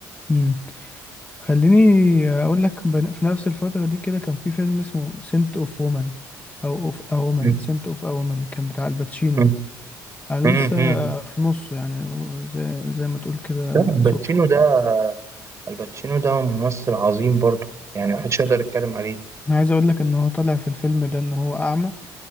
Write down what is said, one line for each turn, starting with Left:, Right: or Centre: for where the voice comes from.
Left: مم. خليني أقول لك بن- في نفس الفترة دي كده كان في فيلم اسمه سنت أوف وومن أو أوف أ وومن
Right: م-
Left: سنت أوف أ وومن كان بتاع الباتشينو
Right: م-
Left: أنا
Right: م-
Left: لسه
Right: م.
Left: في نصه يعني هو زي زي ما تقول كده
Right: لا الباتشينو
Left: صدفة
Right: ده الباتشينو ده ممثل عظيم برضه يعني محدش يقدر يتكلم عليه
Left: أنا عايز أقول لك إن هو طالع في الفيلم ده إن هو أعمى